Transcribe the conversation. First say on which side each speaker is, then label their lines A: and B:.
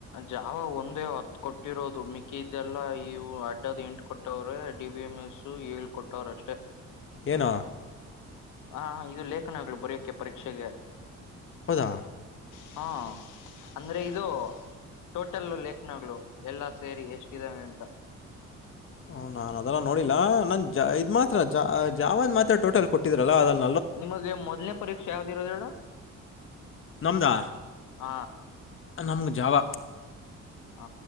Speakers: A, on the left; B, on the left.
A: ಜಾವ ಒಂದೇ ಹತ್ತು ಕೊಟ್ಟು ಇಟ್ಟಿರೋದು ಮಿಕ್ಕಿ ಇದೆಲ್ಲಾ ಇವು ಅಡ್ಡದ ಎಂಟ್ ಕೊಟ್ಟವ್ರೆ. ಡಿಬಿಎಂಎಸ್ಸು ಹಳ್ಕೊಟ್ಟಾರಷ್ಟೆ
B: ಏನೋ
A: ಹ ಹ ಇ ಲೇಖನಗಳು ಬರೆಯಕೆ ಪರೀಕ್ಷೆಗೆ
B: ಹೌದಾ
A: ಹಾ ಅಂದ್ರೆ ಇದು. ಟೋಟಲ್ಲೆ ಲೆಕ್ನಾಗಳು ಎಲ್ಲಾ ಸೇರಿ ಎಷ್ಟ್ದಾವೆ ಅಂತ.
B: ಓ ನಾನ್ ಅದೆಲ್ಲಾ ನೋಡಿಲ್ಲ ನನ್ ಇದ್ ಮಾತ್ರ ಜಾವದು ಮಾತ್ರ ಟೋಟಲ್ ಕೊಟ್ಟಿದ್ರಲ್ಲ ಅ
A: ನಿಮಗೆ ಮೊದ್ನೇ ಪರೀಕ್ಷೆ ಯಾವ್ದಿ ಇರೋದು ಹೇಳು.
B: ನಮ್ದಾ
A: ಹ
B: ನಮ್ಗ ಜಾವ.
A: ಹ